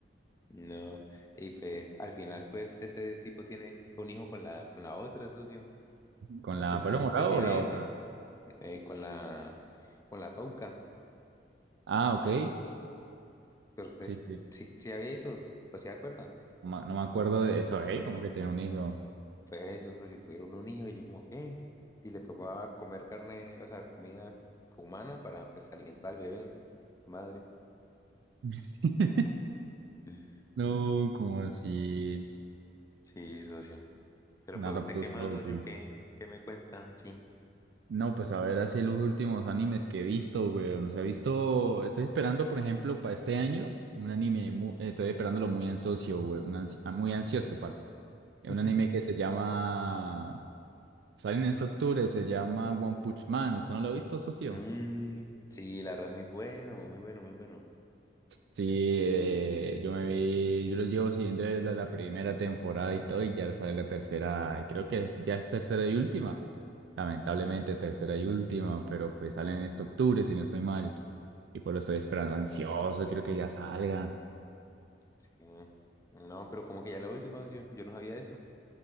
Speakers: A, on the left; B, on the right.
A: No, y pues al final, pues ese tipo tiene un hijo con la, con la otra, socio.
B: ¿Con
A: Usted
B: la
A: s-
B: pelo morado
A: usted sí había
B: o la otra?
A: eso, eh, con la, con la touca,
B: Ah, ok.
A: pero usted
B: Sí,
A: s-
B: sí,
A: sí, sí había eso, o sea, acuerda?
B: ma- no me acuerdo de eso, ¿eh? Como que tenía un hijo.
A: Pues eso, socio, tuvieron un hijo y yo como, ¿qué? Y le tocaba comer carne, o sea, comida humana para, pues, alimentar al bebé. Madre.
B: <laughs>
A: Mm,
B: No, como así.
A: Sí, socio. Pero
B: Nada,
A: pues usted
B: pues,
A: qué más,
B: no,
A: socio,
B: güey.
A: qué, qué me cuenta, sí.
B: No, pues a ver, así los últimos animes que he visto, güey. No se ha visto. Estoy esperando, por ejemplo, para este año, un anime. mu- eh, estoy esperándolo muy ansioso, güey. un ansi- ah, muy ansioso, parce.
A: <laughs>
B: Es un anime que se llama. Sale en este octubre, se llama One Punch Man. ¿Usted no lo ha visto, socio?
A: Mm, sí, la verdad es muy bueno, muy bueno, muy bueno.
B: Sí, eh, yo me vi, yo los llevo siguiendo desde la primera temporada y todo, y ya sale la tercera, creo que es- ya es tercera y última, lamentablemente tercera y última, pero pues salen en este octubre, si no estoy mal, y pues lo estoy esperando ansioso, creo que ya salga.
A: Sí. No, pero como que ya la última, socio, yo no sabía eso.